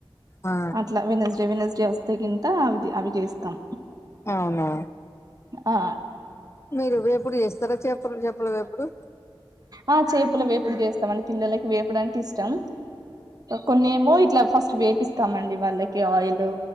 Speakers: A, on the left; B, on the right.
A: ఆ
B: అట్లా వెనస్డే వెడ్నెస్డే చేస్తే కింత అవి అవి చేస్తాం
A: అవునా
B: ఆ
A: మీరు వేప్పడు చేస్తారా చేపలు చెపలుపుడు
B: ఆ చేపల వేపుడు చేస్తామండి పిల్లలకి వేపుడు అంటే ఇష్టం కొన్నేమో ఇట్లా ఫస్ట్ వేపిస్తామండి వాళ్ళకి ఆయిల్